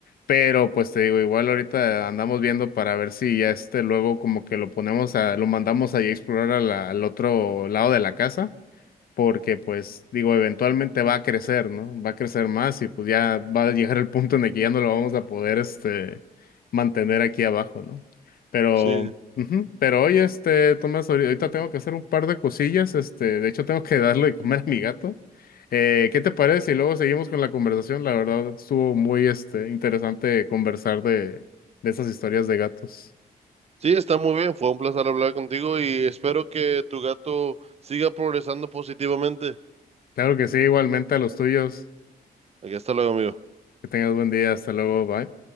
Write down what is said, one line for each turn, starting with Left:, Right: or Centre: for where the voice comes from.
Left: Pero pues te digo, igual ahorita andamos viendo para ver si ya este luego como que lo ponemos a, lo mandamos ahí a explorar a la- al otro lado de la casa porque pues digo, eventualmente va a crecer, ¿no? Va a crecer más y pues ya va a llegar el punto en el que ya no lo vamos a poder este mantener aquí abajo, ¿no? Pero
Right: sí,
Left: ujú, Pero hoy, este, Tomás, ahori- ahorita tengo que hacer un par de cosillas, este, de hecho tengo que <laughs> darle de comer a mi gato. Eh, ¿qué te parece? si luego seguimos con la conversación. La verdad, estuvo muy, este, interesante conversar de, de esas historias de gatos.
Right: sí, está muy bien. Fue un placer hablar contigo y espero que tu gato siga progresando positivamente.
Left: Claro que sí, igualmente a los tuyos.
Right: Aquí hasta luego, amigo.
Left: Que tengas buen día. Hasta luego. Bye.